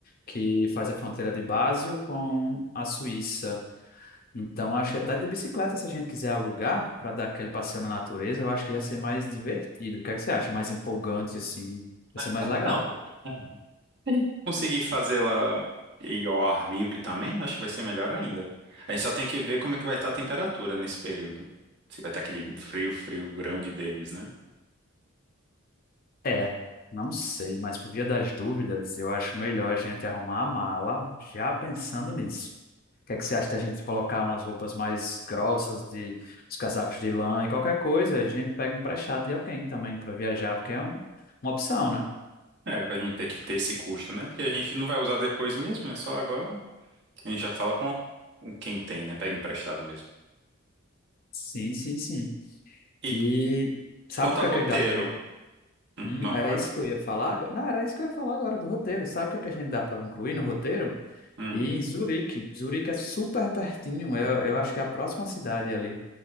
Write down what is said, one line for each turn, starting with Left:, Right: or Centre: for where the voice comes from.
Left: que faz a fronteira de Basel com a Suíça. Então, acho que até de bicicleta, se a gente quiser alugar para dar aquele passeio na natureza, eu acho que ia ser mais divertido. O que é que você acha? Mais empolgante assim, ia ser
Right: Eu
Left: mais
Right: Também
Left: legal.
Right: não. <laughs> É. Conseguir fazer lá e ao ar livre também, né, acho que vai ser melhor ainda. A gente só tem que ver como é que vai estar a temperatura nesse período. Se vai estar aquele frio, frio grande deles, né?
Left: É, não sei, mas por via das dúvidas, eu acho melhor a gente arrumar a mala já pensando nisso. O que é que você acha da gente colocar umas roupas mais grossas, de os casacos de lã e qualquer coisa, a gente pega emprestado de alguém também para viajar, porque é um- uma opção, né?
Right: É, pra gente ter que ter esse custo, né? Porque a gente não vai usar depois mesmo, é só agora. A gente já fala com com quem tem, né? Pega emprestado mesmo.
Left: Sim, sim, sim.
Right: E
Left: E sabe
Right: quanto
Left: o que
Right: a roteiro?
Left: é que dá pra gente?
Right: Hum,
Left: Hum,
Right: não, fale.
Left: era isso que eu ia falar? agora? Não, era isso que eu ia falar agora do roteiro. Sabe o que é que a gente dá para incluir no roteiro?
Right: Hum.
Left: E em Zurique. Zurique é super pertinho. Eu, eu acho que é a próxima cidade ali.